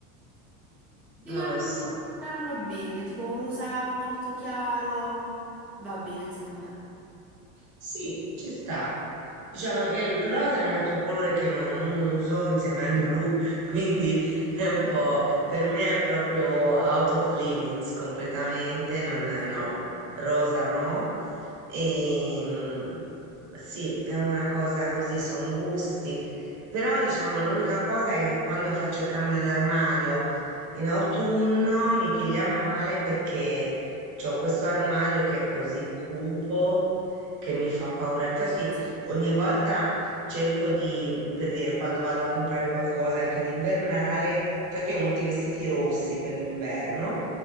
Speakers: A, in the centre; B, on the right.
A: Devi
B: non
A: ammirarlo
B: lo so.
A: bene, tipo un rosa molto chiaro, va bene secondo me.
B: Sì, ci sta. Diciamo, e il rosa è un altro colore che non, non uso insieme al blu,
A: <coughs>
B: <laughs> quindi è
A: <clears throat>
B: un po', per me è proprio out of limits completamente, non, no,
A: Sì,
B: rosa no. E, mm, sì, è una cosa così, sono gusti. Però diciamo, l'unica cosa è che quando faccio il cambio dell'armadio in autunno mi piglia male perché... C'ho questo armadio che è così cupo che mi fa paura. Infatti
A: Sì.
B: ogni volta cerco di, per dire, quando vado a comprare qualcosa anche d'invernale, infatti ho molti vestiti rossi per l'inverno,